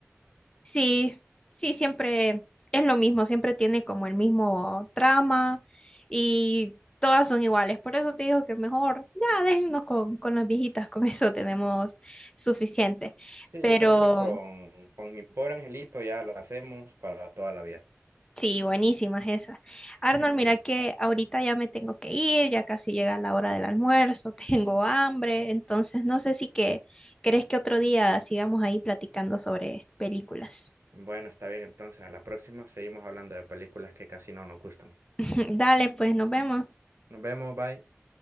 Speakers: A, on the left (about 20°); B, on the right (about 65°).
A: Sí, sí, siempre es lo mismo, siempre tiene como el mismo trama y todas son iguales, por eso te digo que mejor ya déjennos con, con las viejitas, con eso tenemos suficiente.
B: Sí,
A: Pero...
B: yo creo que con, con mi pobre angelito ya la hacemos para toda la vida.
A: Sí, buenísimas esas.
B: <laughs>
A: Arnold,
B: Sí.
A: mira que ahorita ya me tengo que ir, ya casi llega la hora del almuerzo, <laughs> tengo hambre, entonces no sé si que crees que otro día sigamos ahí platicando sobre películas.
B: Bueno, está bien, entonces a la próxima seguimos hablando de películas que casi no nos gustan.
A: <laughs> Dale, pues nos vemos.
B: Nos vemos, bye.